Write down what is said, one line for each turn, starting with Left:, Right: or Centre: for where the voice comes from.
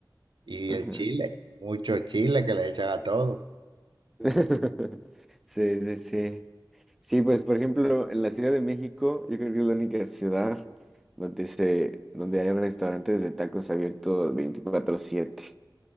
Right: y
Centre: ajá.
Right: el chile, mucho chile que le echan a todo.
Centre: <laughs> Sí, sí, sí. Sí, pues por ejemplo, en la Ciudad de México, yo creo que es la única ciudad donde se, donde hay restaurantes de tacos abiertos veinticuatro siete.